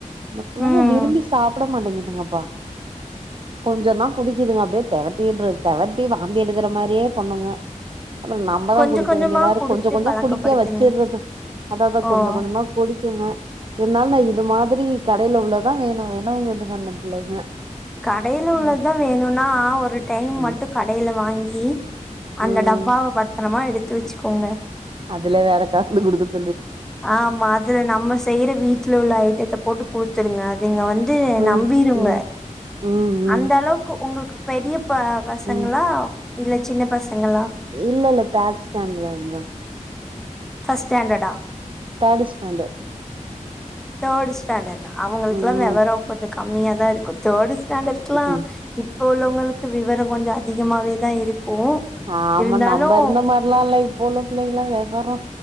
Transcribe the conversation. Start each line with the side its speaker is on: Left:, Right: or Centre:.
Right: இந்த பிள்ளைங்க
Centre: ம்
Right: விரும்பி சாப்ட மாட்டேங்கிதுங்கப்பா கொஞ்சதா குடிக்குதுங்க அப்டியே தேகட்டிடு தேகட்டி வாந்தி எடுக்கற மாரியே பண்ணுங்க அப்றோ நம்பதா
Centre: கொஞ்ச
Right: குடிக்க
Centre: கொஞ்சமா
Right: வேண்டியதாயிருக்கு
Centre: குடுத்து
Right: கொஞ்ச கொஞ்சோ
Centre: பழக்கப்படுத்துங்க
Right: குடிக்க வெச்சிட்றது அதா அதா
Centre: ஓ
Right: கொஞ்ச கொஞ்சமா குடிக்குங்க இருதாலு நா இது மாரி கடையில உள்ளததா வேணும் வேணுங்குதுங்க அந்த பிள்ளைங்க
Centre: கடைல
Right: ம்
Centre: உள்ளதுதா வேணும்னா ஒரு டைம்
Right: ம்
Centre: மட்டு கடையில வாங்கி அந்த
Right: ம்.
Centre: டப்பாவ பத்தரமா எடுத்து வெச்சிக்கோங்க
Right: அதுல வேற கலந்து குடுக்கறது
Centre: ஆமா அதுல நம்ம செய்ற வீட்ல உள்ள ஐட்டத்த போட்டு குடுத் குடுத்துருங்க அதுங்க வந்து
Right: ம்
Centre: நம்பிருங்க
Right: ம் ம் ம்
Centre: அந்த அளவுக்கு உங்களுக்கு பெரிய ப பசங்களா
Right: ம்
Centre: இல்ல சின்ன பசங்களா
Right: இல்ல இல்ல தேட் ஸ்டாண்டர்ட்ல தா
Centre: ஃபர்ஸ்ட் ஸ்டாண்டர்ட்டா
Right: தேர்ட் ஸ்டாண்டர்ட்
Centre: தேர்டு ஸ்டாண்டர்ட் அவங்களுக்கெல்லா
Right: ம்
Centre: விவரோ கொஞ்சோ கம்மியா தா இருக்கு தேர்டு ஸ்டாண்டர்ட்லா
Right: ம்
Centre: இப்போ உள்ளவங்களுக்கு எல்லா விவரோ கொஞ்சோ அதிகமவே தா இருக்கு
Right: ஆமா
Centre: இருந்தாலு
Right: நம்ம இருந்த மாரில்லா இல்ல இப்போ உள்ள பிள்ளைங்க எல்லா விவரோ